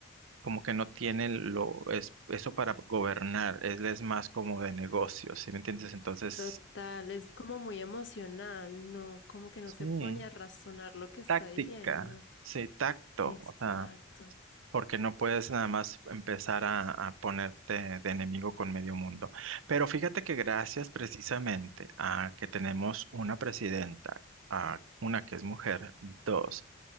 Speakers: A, on the right; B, on the left.
A: como que no tiene lo, es, eso para gobernar, él es más como de negocios, ¿sí me entiendes? Entonces,
B: total, es como muy emocional, ¿no? Como que no
A: sí.
B: se pone a razonar lo que está
A: táctica,
B: diciendo.
A: sí, tacto,
B: Exacto,
A: o sea, porque no puedes nada más empezar a, a ponerte de enemigo con medio mundo. Pero fíjate que gracias precisamente a que tenemos una presidenta, a una que es mujer, dos,